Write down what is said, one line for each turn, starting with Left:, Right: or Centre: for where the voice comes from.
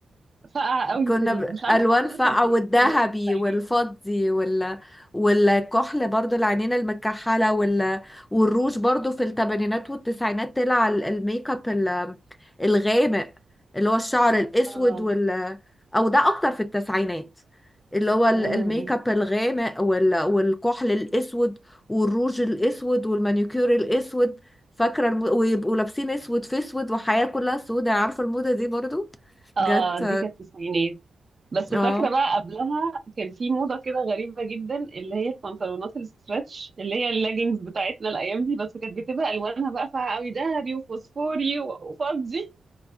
Right: ساقعة قوي
Left: كنا
Right: في ال...
Left: بألوان
Right: مش عارفة برضه
Left: فاقعة
Right: ده الثمانينات
Left: والذهبي
Right: ولا التسعينات
Left: والفضي وال... والكحل برضو العينين المكحلة وال... والروج برضو في الثمانينات والتسعينات طلع ال- الميك اب ال- الغامق اللي هو الشعر الأسود
Right: اه
Left: وال... أو ده أكتر في التسعينات اللي هو ال-
Right: امم
Left: الميك اب الغامق وال... والكحل الأسود والروج الأسود والمانيكير الأسود فاكرة الم... ويبقوا لابسين أسود في أسود وحياة كلها سودة عارفة الموضة دي برضو
Right: اه
Left: جت
Right: دي كانت التسعينات بس
Left: اه
Right: فاكرة بقى قبلها كان في موضة كده غريبة جدا اللي هي البنطلونات الستريتش اللي هي اللاجينز بتاعتنا الأيام دي بس كانت بتبقى ألوانها بقى فيها قوي ذهبي وفوسفوري و- وفضي